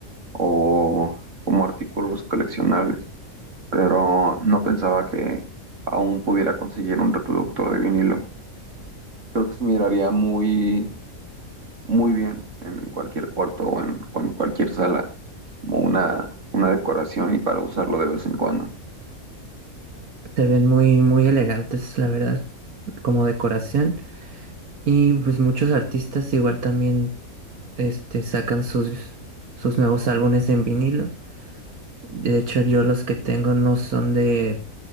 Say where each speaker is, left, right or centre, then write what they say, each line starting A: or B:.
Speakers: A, on the right; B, on the right.
A: o como artículos coleccionables, pero no pensaba que aún pudiera conseguir un reproductor de vinilo. Creo que se miraría muy, muy bien en cualquier cuarto o en, o en cualquier sala, como una, una decoración y para usarlo de vez en cuando.
B: Se ven muy, muy elegantes, la verdad. como decoración. Y pues muchos artistas igual también este, sacan sus, sus nuevos álbumes en vinilo. De hecho, yo los que tengo no son de,